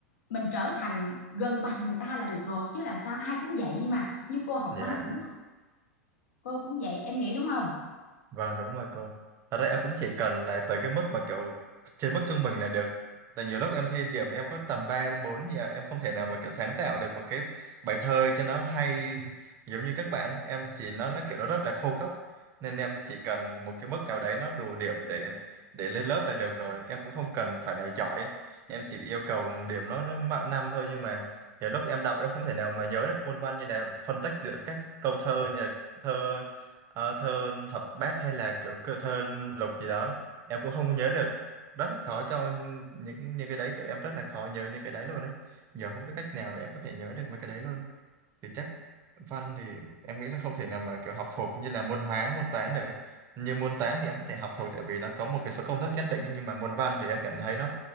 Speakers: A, on the left; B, on the right.
A: mình trở thành gần bằng người ta là được rồi chứ làm sao ai cũng vậy mà như cô học
B: Dạ.
A: văn cũng cô cũng vậy em nghĩ đúng không
B: Vâng đúng rồi cô. Thật ra em cũng chỉ cần là tới cái mức mà kiểu trên mức trung bình là được. Tại nhiều lúc em thi điểm em có tầm 3 4 gì à, em không thể nào mà kiểu sáng tạo được một cái bài thơ cho nó hay giống như các bạn ấy. Em chỉ nó nó kiểu nó rất là khô cốc. Nên em chỉ cần một cái mức nào đấy nó đủ điểm để để lên lớp là được rồi. Em cũng không cần phải là giỏi. Em chỉ yêu cầu điểm nó nó mạng năm thôi nhưng mà nhiều lúc em đọc em không thể nào mà nhớ được muôn văn như là phân tách giữa các câu thơ như là thơ Ờ, thơ thập bát hay là kiểu cơ- thơ lục gì đó em cũng không nhớ được rất là khó cho những những cái đấy kiểu em rất là khó nhớ những cái đấy luôn đấy giờ không biết cách nào để em có thể nhớ được mấy cái đấy luôn thì chắc văn thì em nghĩ là không thể nào mà kiểu học thuộc như là môn hóa môn toán được ấy. như môn toán thì em có thể học thuộc tại vì nó có một cái số công thức nhất định nhưng mà môn văn thì em cảm thấy nó